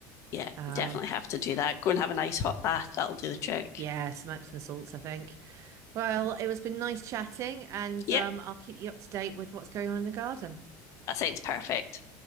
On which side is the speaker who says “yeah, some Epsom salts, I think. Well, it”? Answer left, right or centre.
Right